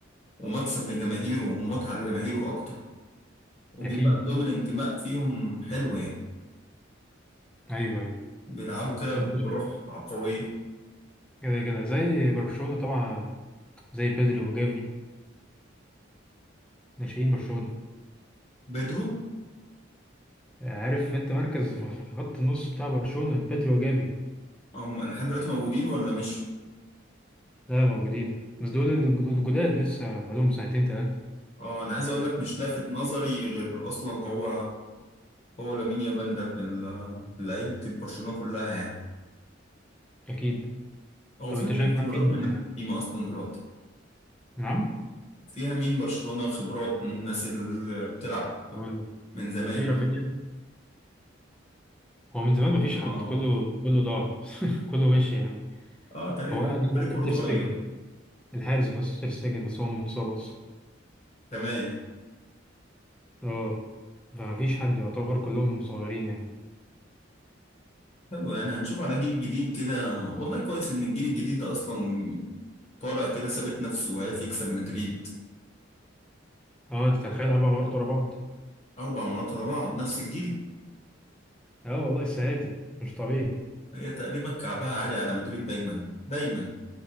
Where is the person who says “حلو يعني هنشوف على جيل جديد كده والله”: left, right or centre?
Left